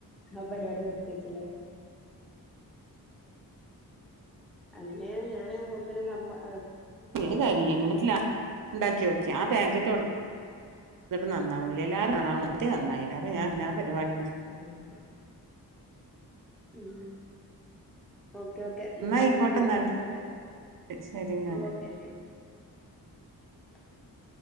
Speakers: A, in the centre; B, on the right.
A: ആ പരിപാടി നിർത്തയേച്ചില്ലേ? അങ്ങനെ ഞാന് ഉ തിലും കമ്പ ആ
B: നീ കഴി <unintelligible> എന്നിട്ട് ലാസ്റ്റ് ഉണ്ടാക്കിയോ? ക്ക് ആപാക്കറ്റ് കൊടു ത്തിട്ട് നന്നാവണില്ല എല്ലാരും കാണാ കുണ ത്തിനന്നായില്ല അപ്പ ഞാൻ ആ പരിപാടി നിർ
A: ഉം ഉ ഓക്കെ ഓക്കെ എന്നാ
B: ആയിക്കോട്ടെ
A: ഞാനീ പിന്നെ
B: എന്നാല്
A: വിളിക്കണ്ട്
B: ശരി എന്നാല്
A: ഓക്കെ ശരി. <unintelligible>